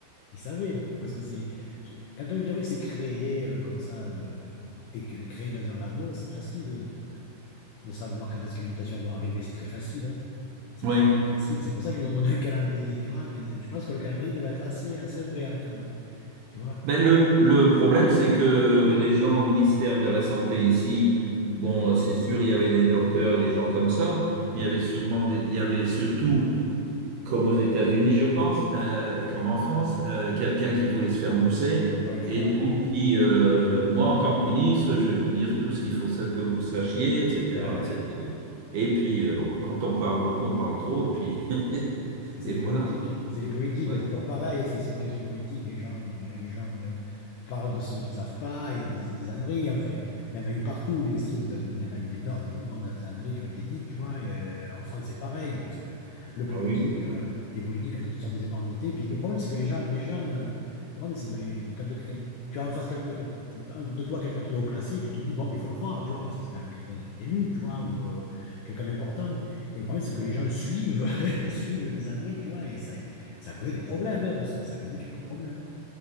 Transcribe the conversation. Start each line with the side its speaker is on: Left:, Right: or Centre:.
Left: ils savaient, parce que c'est tu- quand un virus est créé euh, comme ça de, de- et que- créé dans un labo, c'est facile de, de, de savoir quand est-ce que les mutations vont arriver, c'est très facile, hein. C'est
Right: Oui.
Left: très facile, c'est pour ça qu'ils vous ont donné un calendrier, tu vois, mais je pense que le calendrier devait être assez, assez vrai hein, quand même, tu vois.
Right: Ben le, le problème, c'est que les gens au ministère de la Santé ici, bon,
Left: Allez,
Right: c'est sûr, il y avait des docteurs et des gens comme ça,
Left: ouais.
Right: mais il y avait sûrement des- il y avait surtout comme aux États-Unis, je pense, euh, et comme en France, euh, quelqu'un qui voulait se faire mousser.
Left: Ah oui, toujours
Right: Et
Left: pareil,
Right: donc,
Left: ouais.
Right: qui, euh, moi, en tant que ministre, je vais vous dire tout ce qu'il faut sa- que vous sachiez, etc.,
Left: Ouais,
Right: etc. Et cetera. Et puis, euh, bon, quand on parle beaucoup, on parle trop, et puis, <laughs>
Left: C'est
Right: et
Left: les
Right: voilà.
Left: politiques. C'est les politiques.
Right: Oui.
Left: C'est toujours pareil. C'est c'est une question politique. Les gens, euh, les gens euh, parlent de ceux qui savent pas et disent des âneries. Enfin, il y en a eu partout. Il y a aussi aux États-Unis, il y en a eu des, no- des énormes âneries qui ont été dites, tu vois. Et, euh, en France, c'est pareil parce que le politique,
Right: Ah oui,
Left: euh, les politiques, quand ils te sortent des énormités, puis le problème, c'est que les gens, les gens, euh, le problème, c'est que les, quand tu tu as en face quelqu'un- de toi quelqu'un qui est haut placé, tu te dis, bon, mais il faut le croire, tu vois, parce que c'est quand même quelqu'un d'élu, tu vois, ou euh, quelqu'un d'important. Et le problème, c'est que les gens suivent <laughs> suivent les âneries, tu vois, et ça, ça a causé des problèmes, hein, parce que ça a causé quelques problèmes.